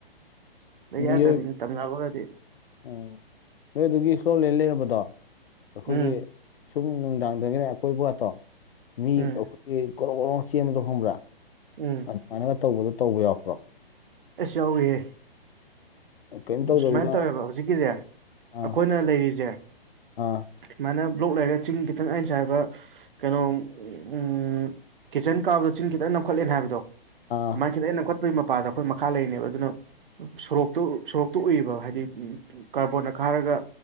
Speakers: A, on the right; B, on the left.
A: ꯂꯩ
B: ꯃꯤꯑꯣꯏ
A: ꯌꯥꯗꯕꯤꯅꯤ ꯇꯝꯅꯕꯒꯗꯤ
B: ꯎꯝ ꯅꯣꯏ ꯑꯗꯨꯒꯤ ꯏꯁꯂꯣꯞꯂꯦꯟ ꯂꯩꯔꯝꯕꯗꯣ ꯑꯩꯈꯣꯏꯒꯤ
A: ꯎꯝ
B: ꯁꯨꯝ ꯅꯨꯡꯗꯥꯡꯗꯒꯅꯦ ꯑꯀꯣꯏꯕ ꯒꯥꯇꯣ ꯃꯤ
A: ꯎꯝ
B: ꯑꯩꯈꯣꯏꯒꯤ ꯀꯣꯔꯣꯡ ꯀꯣꯔꯣ ꯆꯦꯟꯕꯗꯣ ꯈꯪꯕ꯭ꯔꯥ
A: ꯎꯝ
B: ꯑꯗꯨꯃꯥꯏꯅꯒ ꯇꯧꯕꯗꯣ ꯇꯧꯕ ꯌꯥꯎꯔꯛꯄ꯭ꯔꯣ
A: ꯑꯦꯁ ꯌꯥꯎꯋꯤꯍꯦ
B: ꯀꯩꯝ ꯇꯧꯗꯕꯤꯗ
A: ꯑꯁꯨꯃꯥꯏꯅ ꯇꯧꯋꯦꯕ ꯍꯧꯖꯤꯛꯀꯤꯖꯦ ꯑꯩꯈꯣꯏꯅ
B: ꯑꯥ
A: ꯂꯩꯔꯤꯖꯦ
B: ꯑꯥ
A: ꯁꯨꯃꯥꯏꯅ ꯕ꯭ꯂꯣꯛ ꯂꯩꯔꯦ ꯆꯤꯡ ꯈꯤꯇꯪ ꯑꯩꯅ ꯉꯁꯥꯏ ꯍꯥꯏꯕ ꯀꯩꯅꯣ ꯎꯝ ꯀꯤꯠꯆꯟ ꯀꯥꯕꯗꯣ ꯆꯤꯡ ꯈꯤꯇꯪ ꯅꯝꯈꯠꯂꯦꯅ ꯍꯥꯏꯕꯗꯣ
B: ꯑ
A: ꯑꯗꯨꯃꯥꯏꯅ ꯈꯤꯇꯪ ꯍꯦꯛ ꯅꯝꯈꯠꯄꯒꯤ ꯃꯄꯥꯗ ꯑꯩꯈꯣꯏ ꯃꯈꯥ ꯂꯩꯔꯤꯅꯦꯕ ꯑꯗꯨꯅ ꯁꯣꯔꯣꯛꯇꯨ ꯁꯣꯔꯣꯛ ꯇꯨ ꯎꯏꯕ ꯍꯥꯏꯗꯤ ꯀꯥꯔꯕꯣꯔ꯭ꯗꯅ ꯈꯥꯔꯒ